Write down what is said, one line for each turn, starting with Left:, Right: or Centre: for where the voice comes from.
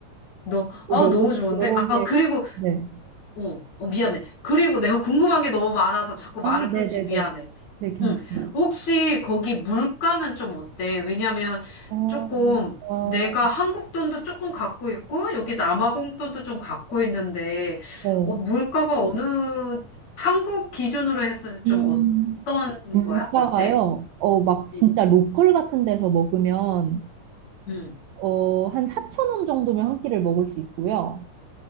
Left: 너,
Right: 뭐
Left: 아,
Right: 여러,
Left: 너무 좋은데?
Right: 여러
Left: 아,
Right: 개,
Left: 그리고,
Right: 네.
Left: 어, 어, 미안해. 그리고 내가 궁금한 게 너무 많아서 자꾸 말을
Right: 아, 네네네.
Left: 끊지, 미안해.
Right: 네, 괜찮아요.
Left: 응. 혹시 거기 물가는 좀 어때? 왜냐면
Right: 어,
Left: 조금
Right: 어,
Left: 내가 한국 돈도 조금 갖고 있고, 여기 남아공 돈도 좀 갖고 있는데,
Right: 네.
Left: 어, 물가가 어느, 한국 기준으로 했을 때 좀
Right: 음,
Left: 어떤
Right: 물가가요,
Left: 거야? 어때?
Right: 어, 막 진짜
Left: 응.
Right: 로컬 같은 데서 먹으면,
Left: 응.
Right: 어, 한 4천 원 정도면 한 끼를 먹을 수 있고요.